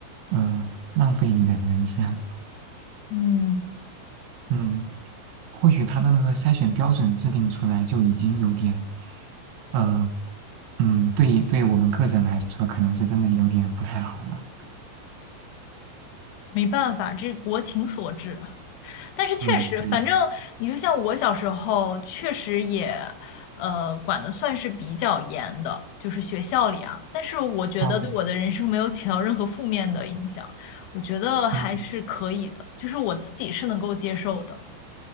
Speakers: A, on the right; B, on the left.
A: 呃，浪费你的人生。
B: 嗯，
A: 嗯，或许他的那个筛选标准制定出来就已经有点，呃，嗯，对，对我们个人来说，可能是真的有点不太好了。
B: 没办法，这是国情所致。但是确实，
A: 嗯，对。
B: 反正你就像我小时候，确实也，呃，管的算是比较严的，就是学校里啊。但是我觉得对我的人生没有起到任何负面的影响，
A: 哦
B: 我觉得还是可以的，
A: 哦
B: 就是我自己是能够接受的。